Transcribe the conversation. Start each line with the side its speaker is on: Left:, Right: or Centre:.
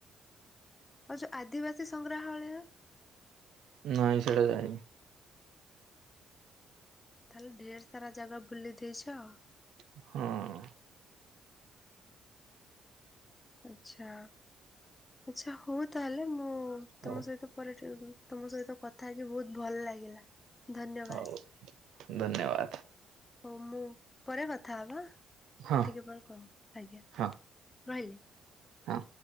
Left: ଆଉ ଯୋଉ ଆଦିବାସୀ ସଂଗ୍ରହାଳୟ।
Right: ନାଇଁ ସେଟା ଯାଇନି।
Left: ତାହେଲେ ଢେର୍ ସାରା ଜାଗା ବୁଲି ଦେଇଛ ଆଉ।
Right: ହଁ।
Left: ଆଛା, ଆଛା ହଉ ତାହେଲେ ମୁଁ
Right: ହଉ
Left: ତମ ସହିତ ପରେ <inaudible> ତମ ସହିତ କଥା ହେଇକି ବହୁତ ଭଲ ଲାଗିଲା। ଧନ୍ୟବାଦ
Right: ହଉ, ଧନ୍ୟବାଦ।
Left: ହଉ ମୁଁ, ପରେ କଥା ହବା ଟିକେ
Right: ହଁ
Left: ପରେ କଲ୍ ଆଜ୍ଞା।
Right: ହଁ
Left: ରହିଲି।
Right: ହଁ।